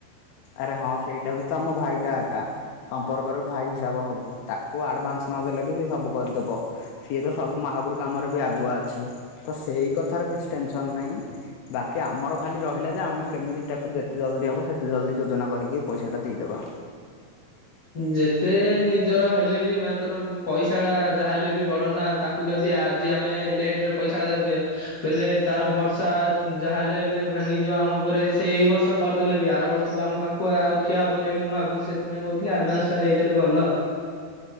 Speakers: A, on the left (about 80°); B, on the left (about 60°).
A: ଆରେ ହଁ ସେଇଟା ବି ତ ଆମ ଭାଇଟା ଏକା ସମ୍ପର୍କରେ ଭାଇ ହିସାବ ହବ ତାକୁ ଆଡଭାନ୍ସ ନଦେଲେ ବି ସେ ସବୁ କରିଦବ। ସିଏ ତ ସବୁ ମହାପୁରୁ କାମରେ ବି ଆଗୁଆ ଅଛି ତ ସେଇ କଥାର କିଛି ଟେନସନ ନାହିଁ। ବାକି ଆମର ଖାଲି ରହିଲା ଯେ ଆମେ କେମିତି ତାକୁ ଯେତେ ଜଲଦି ହବ ସେତେ ଜଲଦି ଯୋଜନା କରିକି ପଇସାଟା ଦେଇଦବା।
B: ଯେତେ ନିଜର ହେଲେ ବି ମାତର ପଇସା ଟା ଯାହା ହେଲେ ବି ବଡ ନା ତାକୁ କୁ ଯଦି ଆଜି ଆମେ ଲେଟରେ ପଇସାଟା ଦେବେ ବଲେ ତାର ଭରସା ଯାହା ହେଲେ ହେଲେ ଭାଙ୍ଗିଯିବ ଆମ ଉପରେ ସେ ଏଇ ବର୍ଷ- କରିଦେଲେ ବି ଆର ବର୍ଷକୁ ଆମ ପାଖକୁ ଆଉ ଠିଆ ହେବନେଲି ମୁଁ ଭାବୁଛି ସେଥିପାଇଁ କହୁଥିଲି। ଆଡ଼ଭାନ୍ସଟା ଦେଇଦେଲେ ଭଲ ଆଉ